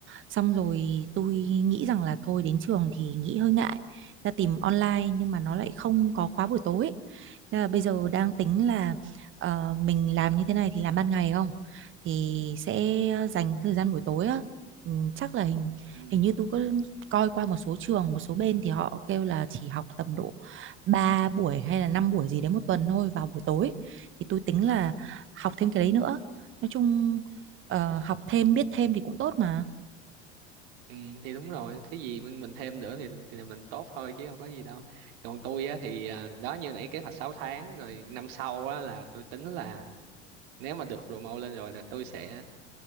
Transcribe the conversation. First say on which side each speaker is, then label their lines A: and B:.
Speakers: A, on the right; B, on the right.
A: Xong rồi tôi nghĩ rằng là thôi đến trường thì nghĩ hơi ngại. Ra tìm online nhưng mà nó lại không có khóa buổi tối ấy. Thế là bây giờ đang tính là ờ, mình làm như thế này thì làm ban ngày không? Thì sẽ dành thời gian buổi tối á. Ừ, chắc là hình
B: ừ.
A: hình như tôi có coi qua một số trường, một số bên thì họ kêu là chỉ học tầm độ 3 buổi hay là 5 buổi gì đấy một tuần thôi vào buổi tối thì tôi tính là học thêm cái đấy nữa nói chung ờ, học thêm biết thêm thì cũng tốt mà
B: ừ thì đúng rồi cái gì mình, mình thêm nữa thì thì là mình tốt thôi chứ đâu có gì đâu còn tôi á thì à, đó như nãy kế hoạch 6 tháng rồi năm sau á là tôi tính là nếu mà được promote lên rồi là tôi sẽ